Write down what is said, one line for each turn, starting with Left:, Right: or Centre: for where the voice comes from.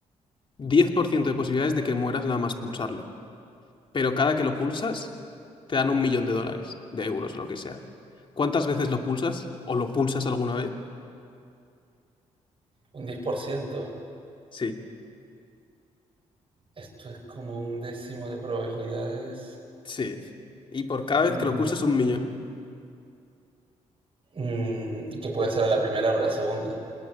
Left: 10% de posibilidades de que mueras nada más pulsarlo. pero cada que lo pulsas te dan un millón de dólares, de euros, lo que sea. ¿Cuántas veces lo pulsas? ¿O lo pulsas alguna vez?
Right: Un 10%.
Left: Sí,
Right: Esto es como un décimo de probabilidades.
Left: sí. Y por cada vez
Right: Mm,
Left: que lo pulsas un millón.
Right: mm, y que puede ser a la primera o a la segunda.